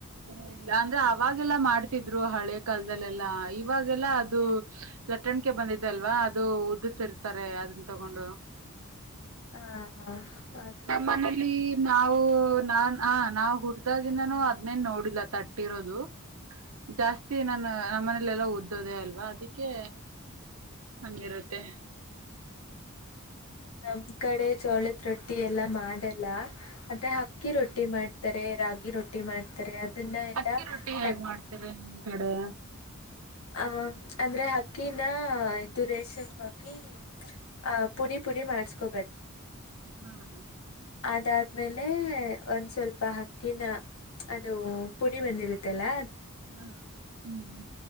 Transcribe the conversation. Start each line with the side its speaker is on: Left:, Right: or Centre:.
Right: ಇ ಇಲ್ಲ ಅಂದ್ರೆ ಅವಾಗೆಲ್ಲಾ ಮಾಡ್ತಿದ್ರು ಹಳೆ ಕಾಲದಲ್ಲೆಲ್ಲಾ ಇವಾಗೆಲ್ಲಾ ಅದು ಲಟ್ಟಣ ನಕ ಬಂದಿದ್ದ ಅಲ್ವಾ ಅದು ಉದ್ದಸರ್ತಾರೆ ಅದನ್ನ ತಗೊಂಡು
Left: ಹಾ ಹಾ ಅದು
Right: ನ ಮನಲಿ ನಾವು ನಾನ್ ಆ ನಾವು ಹುಡ್ದಾಗಿ ನಾನು ಅದ್ನೇನ್ ನೋಡಿಲ್ಲ ತಟ್ಟಿರೋದು ಜಾಸ್ತಿ ನಾನು ನಮ್ಮ ಮನೇಲೆ ಎಲ್ಲ ಓದ್ದೋದೇ ಅಲ್ವಾ ಅದಕ್ಕೆ ಹಂಗಿರುತ್ತೆ
Left: ನಮ್ ಕಡೆ ಜೋಳದ ರೊಟ್ಟಿ ಎಲ್ಲಾ ಮಾಡಲ್ಲ ಮತ್ತೆ ಅಕ್ಕಿ ರೊಟ್ಟಿ ಮಾಡ ರೆ ರಾಗಿ ರೊಟ್ಟಿ ಮಾಡ್ತಾರೆ ಅದನ್ನ ಎಲ್ಲಾ
Right: ಅಕ್ಕಿ ರೊಟ್ಟಿ ಹೇಗ್
Left: ತಟ್
Right: ಮಾಡ್ತಿರಿ ನಿಮ್ ಕಡೆ
Left: ಹ ಅಂದ್ರೆ ಅಕ್ಕಿನ ಇದು ರೇಷನಗ ಹಾಕಿ ಆ ಪುಡಿ ಪುಡಿ ಮಾಡ್ಸ್ಕೊಬ
Right: ಹ್ಮ ಹ
Left: ಅದಾದ್ಮೇಲೆ ಒಂದ್ ಸ್ವಲ್ಪ ಅಕ್ಕಿನ ಅದು ಪುಡಿ ಬಂದಿರುತ್ತಲ್ಲಾ
Right: ಹಾ ಹ್ಮ್